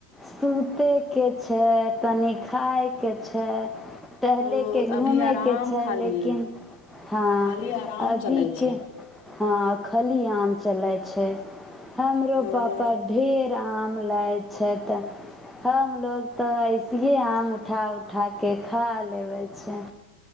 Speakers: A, in the centre; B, on the left (about 40°).
A: सुते के छै तनि खायके छै टहले
B: ओ
A: के घूमे
B: अभी आराम
A: के
B: खाली
A: लेकिन हँ
B: खाली आराम
A: अभी
B: चलै
A: के
B: छै
A: हँ खली आम चले छै छै हमरो
B: ओ
A: पापा ढेर आम लैत छै तऽ हमलोग तो ऐसे जे आम उठा उठाके खा लेबै छै